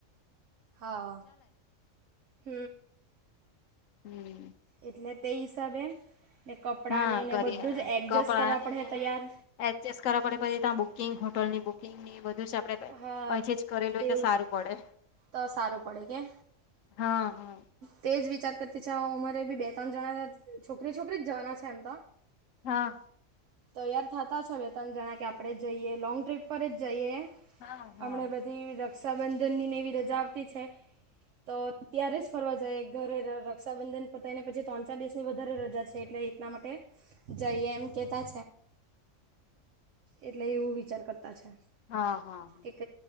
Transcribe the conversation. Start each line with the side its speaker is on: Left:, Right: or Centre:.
Right: હા હ
Left: હમ
Right: એટલે તે હિસાબે ને કપડાંને
Left: હા
Right: ને
Left: કરીએ
Right: બધું જ એડજસ્ટ
Left: કપડાને
Right: કરવા પડે તૈયાર
Left: એડજસ્ટ કરવા પડે પછી ત્યાં બુકિંગ હોટલની બુકિંગની બધું આપ પછી
Right: હા
Left: જ કરેલું
Right: તેવું
Left: હોય તો સારું પડે
Right: તો સારું પડે કે
Left: હા હા
Right: તે જ વિચાર કરતી છે ઉંમરે બી બે ત્રણ જણા છોકરી છોકરી જવાના છે એમ તો
Left: હા
Right: તોયાર થતા છે હવે તણ જણા કે આપણેે જઈએ લોંગ ડ્રીપ પર જ જઈએ
Left: હા હા
Right: હમણા બધી રક્ષાબંધનનીને એવી રજા આવતી છે તો ત્યારે જ ફરવા જાય ઘરે રક્ષાબંધન પને પછી ત્રણ ચાર દસની વધારે રજા છે એટલે એટના માટે જઈએ એમ કેતા એટલે એવું વિચાર કરતા છે
Left: હા હા હા
Right: એક